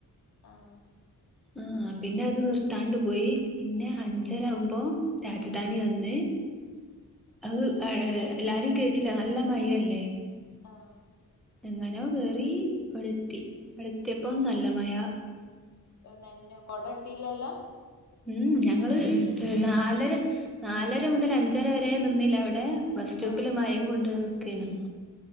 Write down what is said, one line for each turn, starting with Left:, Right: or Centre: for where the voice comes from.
Left: ആഹ്
Centre: ആഹ് പിന്നെ അത് നിർത്താണ്ട് പോയി പിന്നെ അഞ്ചരാവുമ്പോ രാജധാനി വന്ന് അത് ആ എല്ലാരും കേയറ്റിലാ നല്ല മയ അല്ലേ
Left: ആഹ്
Centre: എങ്ങനോ കേറി ഇവിടെത്തി ഇവിടെത്തിയപ്പോ നല്ല മയ
Left: ആ നെനഞ്ഞോ കൊട എടുത്തീലല്ലോ?
Centre: ഉം ഞങ്ങള് നാലര നാലര മുതൽ അഞ്ചര വരെ നിന്നീലെ അവടെ ബസ് സ്റ്റോപ്പില്
Left: ആഹ്
Centre: മയേം കൊണ്ട് നിക്കെനു